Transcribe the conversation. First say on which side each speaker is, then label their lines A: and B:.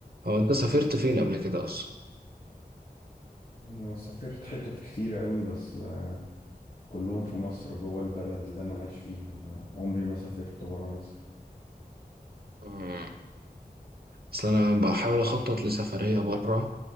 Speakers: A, on the right (about 70°); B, on the left (about 70°).
A: هو انت سافرت فين قبل كده اصلا
B: انا سافرت حتت كتير قوي بس آه، كلهم في مصر جوه البلد اللي انا عايش فيها ما عمري ما سافرت برا مصر
A: مم. اصل انا بحاول اخطط لسفرية بره